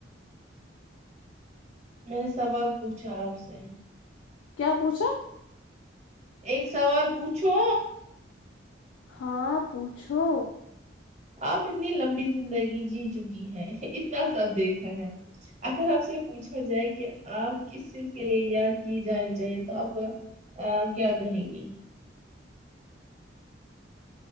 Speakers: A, on the right; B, on the left.
A: میں نے سوال پوچھا آپ سے
B: کیا پوچھا؟
A: ایک سوال پوچھو
B: ہاں پوچھو
A: آپ اتنی لمبی زندگی جی چکی ہیں اتنا سب دیکھا ہے اگر آپ سے پوچھا جائے کہ آپ کس چیز کے لیے یاد کی جانی چاہیے تو آپ کیا کہیں گی